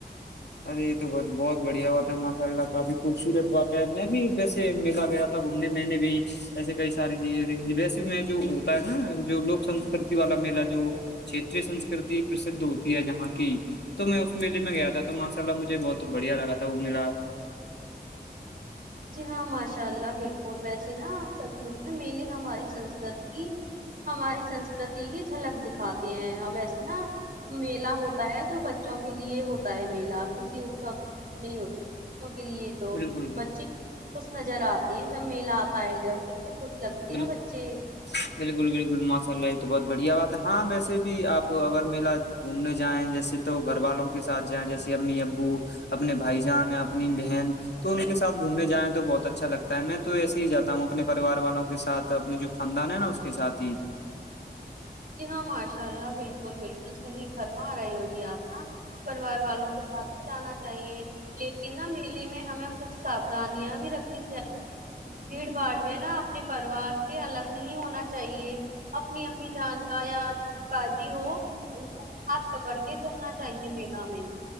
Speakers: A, on the left (about 80°); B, on the right (about 55°).
A: ارے یہ تو بت بہت بڑھیا بات ہے ماشاء اللہ کافی خوبصورت بات ہے میں بھی ویسے میلا گیا تھا گھومنے میں نے بھی ایسے کئی ساری چیزیںیک ویسے میں جو ہوتا ہے نا جو لوک سنسکرتی والا میلہ جو چتری سنسکرتی پرسدھ ہوتی ہے جہاں کی تو میں اس میے میں گیا تھا تو ماشاء اللہ مجھے بہت بڑھیا لگا وہ ملا
B: جی ہاں ماشاء اللہ بالکل ویسی ناپ سچ مھ مینلی ہماری سسک کی ہماری سسکرتی کی جھلک دکھاتے ہیں اب ایسے ہے نا میلہ ہوتا ہے جو بچوں کے لیے ہوتا ہے میلہ کسی اسو نہیں ہو ا کے لیے تو
A: بالکل بالکل
B: بچے خوش نظر آتے ہیں جب میلہ آتا ہے جب اس میں خوش لگتے
A: بالکل
B: ہیں بچے
A: بالکل بالکل ماشاء اللہ یہ تو بہت بڑھیا بات ہے ہاں ویسے بھی آپ اگر میلا گھومنے جائیں جیسے تو گھر والوں کے ساتھ جائیں جیسے امی ابو اپنے بھائی جان اپنی بہن تو ان کے ساتھومنے جائیں تو بہت اچھا لگتا ہے میں تو ایسے ہی جاتا ہوں اپنےریوار والوں کو کے ساتھ اپنے جو خاندان ہے نا اس کے سات ہی
B: جی ہاں ماشاء اللہ بالکل بالکل صحیح فرما رہے ہو جی آپ پریوار والوں کے ساتھ نہ جانا چاہیے لیکن نہ میلی میں ہمیں کچھ ساابدھانیاں بھی رکھنی چاہی بھیڑ بھاڑ میں نا اپنے پروار سے الگ نہیں ہونا چاہیے اپنی امی جان کا یا بجی ہو ان ہاتھ پکڑ کے چلنا چاہیے میلا میں